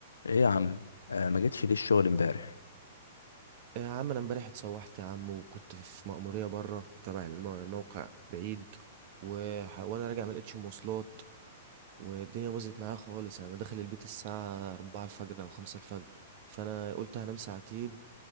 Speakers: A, on the left; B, on the right.
A: ايه يا عم آه ما جيتش ليه الشغل امبارح
B: يا عم انا امبارح اتسوحت يا عم وكنت في مأمورية بره تبع الم- الموقع بعيد وح... وانا راجع ما لقيتش مواصلات والدنيا باظت معايا خالص يعني انا داخل البيت الساعة 4 الفجر او 5 الفجر فانا قلت هنام ساعتين